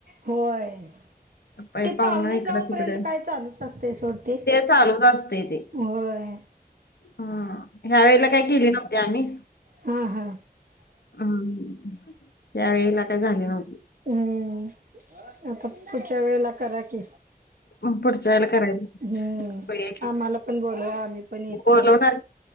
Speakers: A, on the right; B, on the left.
A: होय
B: पै
A: ते
B: पाहुणं
A: पाहुणे
B: इकडं
A: जाऊपर्यंत
B: तिकडं
A: काय चालूच तस्ते सोड ते
B: चालूच असतय ते.
A: व्हय.
B: हा, ह्या वेळेला काय केली नव्हती आम्ही.
A: हा हा
B: हम्म, यावेेळेला काय झाली नव्हती.
A: हम्म, आता पुढच्या वेळेला करा की.
B: पुढच्या वेळेला करायचं
A: हम्म,
B: बघ
A: आम्हाला पण बोलवा आम्ही पण येतो.
B: बोलवणार